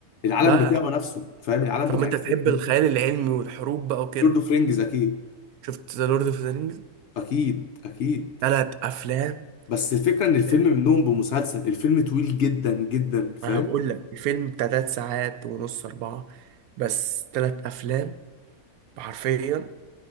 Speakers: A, on the left; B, on the right.
A: العالم
B: بقى
A: بتاعه نفسه فاهم العالم
B: طب
A: بتاع
B: انت
A: الفيلم
B: تحب الخيال العلمي والحروب بقى وكده
A: لورد اوف رينجز اكيد
B: شفت ذا لورد اوف ذا رينجز
A: اكيد اكيد
B: ثلاث افلام
A: بس الفكره ان الفيلم
B: فاهم؟
A: منهم بمسلسل الفيلم طويل جدا جدا فاهم
B: ما بقول لك الفيلم بتاع ثلاث ساعات ونص اربعه بس ثلاث افلام حرفيا